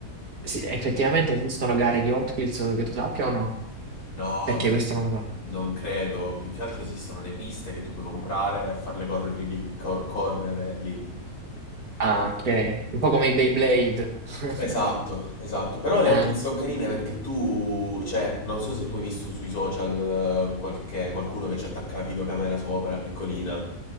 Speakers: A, on the right (about 65°); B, on the left (about 65°).
A: Sì, effettivamente
B: sì.
A: esistono gare di Hot Wheels che tu sappia o no?
B: No,
A: Perché
B: non
A: questo non lo so.
B: non credo, più che altro esistono le piste che tu puoi comprare e farle correre lì, cor- correre lì.
A: Ah, ok. Un po' come i Beyblade. <laughs>
B: Esatto, esatto, però le
A: Eh.
B: ottiche sono carine perché tu, cioè, non so se tu hai visto sui social eh, qualche, qualcuno che ci attacca la videocamera sopra, piccolina,